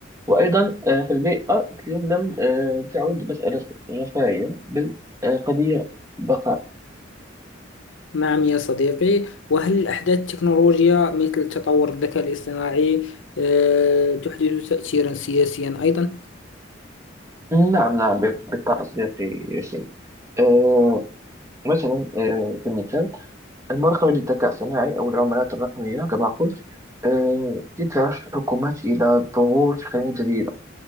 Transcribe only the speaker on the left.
نعم يا صديقي، وهل أحداث التكنولوجيا مثل تطور الذكاء الاصطناعي آه، تحدث تأثيرا سياسيا أيضا؟